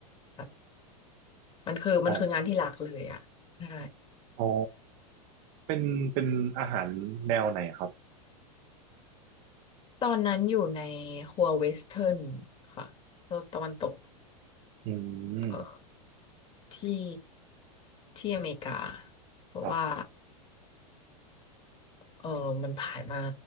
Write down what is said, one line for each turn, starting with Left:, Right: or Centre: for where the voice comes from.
Left: แบบมันคือมันคืองานที่หลักเลยอ่ะใช่
Right: อ๋ออ๋อเป็นเป็นอาหารแนวไหนครับ
Left: ตอนนั้นอยู่ในครัวเวสเทิร์นค่ะโลกตะวันตก
Right: อืม
Left: เอ่อที่ที่อเมริกาเพราะว่า
Right: ครับ
Left: เออมันผ่านมา